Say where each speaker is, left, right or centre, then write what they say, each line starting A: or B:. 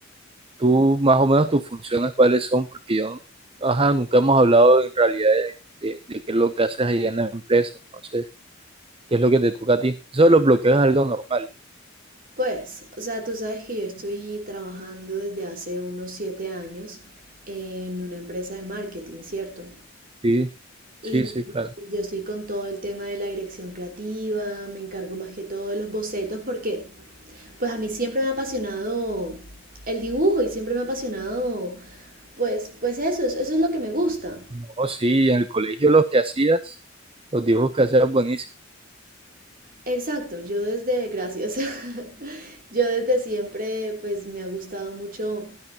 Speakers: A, on the right; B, on the right.
A: tú más o menos tus funciones cuáles son, porque yo, ajá, nunca hemos hablado en realidad de, de- de qué es lo que haces allá en la empresa, entonces, ¿qué es lo que te toca a ti? Eso de los bloqueos es algo normal,
B: Pues, o sea, tú sabes que yo estoy trabajando desde hace unos siete años en una empresa de marketing, ¿cierto?
A: sí, sí,
B: Y
A: sí, claro.
B: pues, yo estoy con todo el tema de la dirección creativa, me encargo más que todo de los bocetos porque pues a mí siempre me ha apasionado el dibujo y siempre me ha apasionado pues pues eso, eso es lo que me gusta.
A: No, sí, en el colegio los que hacías, los dibujos que hacías buenísimo
B: Exacto, yo desde, gracias, <laughs> yo desde siempre pues me ha gustado mucho,